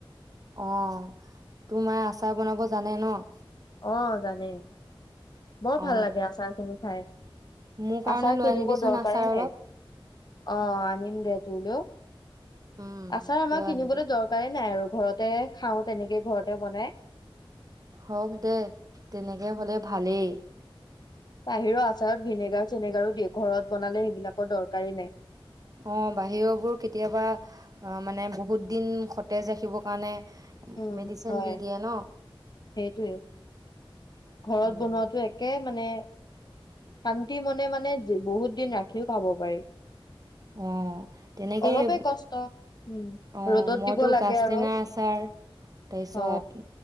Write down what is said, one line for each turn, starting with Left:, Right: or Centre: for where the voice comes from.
Right: অ', তোৰ মায়ে আচাৰ বনাব জানে ন'?
Left: অ', জানে। বৰ
Right: অ
Left: ভাল লাগে আচাৰ খিনি খাই।
Right: মোৰ কাৰণে
Left: আচাৰ
Right: লৈ
Left: কিনিব
Right: আনিবিচোন
Left: দৰকাৰেই
Right: আচাৰ
Left: নাই।
Right: অলপ
Left: অ', আনিম দে তোৰলৈও,
Right: উম
Left: আচাৰ আমাৰ
Right: লৈ
Left: কিনিবলৈ
Right: আনিবি
Left: দৰকাৰেই নাই আৰু। ঘৰতে খাওঁ, তেনেকে ঘৰতে বনাই।
Right: হওক দে, তেনেকে
Left: উম
Right: হ'লে ভালেই।
Left: বাহিৰৰ আচাৰত ভিনেগাৰ চিনেগাৰো দিয়ে, ঘৰত বনালে সেইবিলাকৰ দৰকাৰেই নাই।
Right: অ, বাহিৰৰ বোৰ কেতিয়াবা এ মানে বহুত দিন সতেজ ৰাখিবৰ কাৰণে
Left: উম
Right: মেডিচিন
Left: হয়
Right: দি দিয়ে ন
Left: সেইটোৱে, ঘৰত
Right: উম
Left: বনোৱাটো একে মানে শান্তি মনে মানে, বহুত দিন ৰাখিও খাব পাৰি।
Right: অ তেনেকেই
Left: অলপে
Right: এব
Left: কষ্ট। উম,
Right: অ
Left: ৰ'দত
Right: মইতো
Left: দিব লাগে
Right: গাজটেঙা
Left: আৰু
Right: আচাৰ, তাইছত
Left: অ।